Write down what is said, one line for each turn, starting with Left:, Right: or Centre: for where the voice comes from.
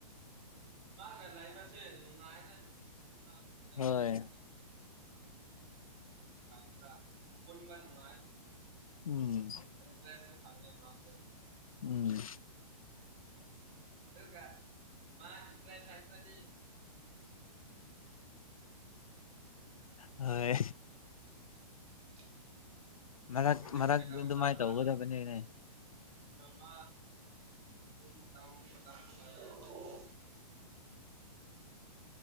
Right: ꯃꯥꯒ ꯂꯩꯕꯁꯦ ꯅꯨꯡꯉꯥꯏꯅ <unintelligible> ꯅꯨꯡꯉꯥꯏꯅ
Left: ꯍꯣꯏ
Right: <unintelligible> ꯄꯨꯟꯕ ꯅꯨꯡꯉꯥꯏ
Left: ꯎꯝ
Right: ꯏꯟꯇꯔꯦꯁꯁꯨ ꯐꯪꯉꯦ ꯃꯥꯁꯨ
Left: ꯎꯝ
Right: <unintelligible> ꯃꯥꯒꯤ ꯐ꯭ꯔꯦꯟ ꯁꯥꯔꯀꯜ <unintelligible>
Left: ꯍꯣꯏ
Right: <inaudible>
Left: ꯃꯔꯛ
Right: ꯍꯧꯖꯤꯛ
Left: ꯃꯔꯛꯇ
Right: ꯀꯩꯗꯧꯕ꯭ꯔꯥ
Left: ꯑꯗꯨꯃꯥꯥꯏ ꯇꯧꯒꯗꯕꯅꯤꯅꯦ
Right: ꯃꯥꯗꯣ ꯃꯥ ꯑꯗꯨꯝ ꯃꯇꯝꯁꯨ ꯇꯧ